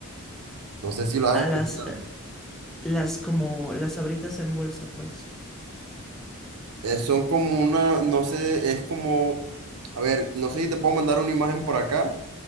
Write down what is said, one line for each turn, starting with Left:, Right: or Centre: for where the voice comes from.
Right: No sé si lo has
Centre: a
Right: escuchado.
Centre: las, las como las abritas en bolsa, pues.
Right: Eh, son como una, no sé, es como, a ver, no sé si te puedo mandar una imagen por acá,